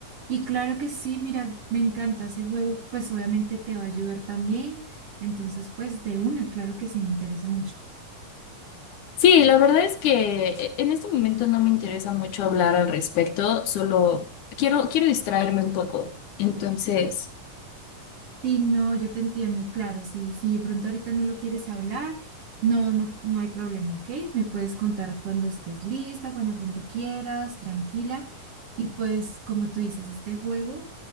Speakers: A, on the right; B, on the left.
A: Y claro que sí, mira, me encanta ese juego, pues obviamente te va a ayudar también. Entonces, pues de una, claro que sí, me interesa mucho.
B: Sí, la verdad es que e, en este momento no me interesa mucho hablar al respecto, solo quiero, quiero distraerme un poco. Entonces,
A: Sí, no, yo te entiendo y claro, sí, si de pronto ahorita no lo quieres hablar, no, no, no hay problema, ¿ok? Me puedes contar cuando estés lista, cuando de pronto quieras, tranquila. Y pues, como tú dices, este juego,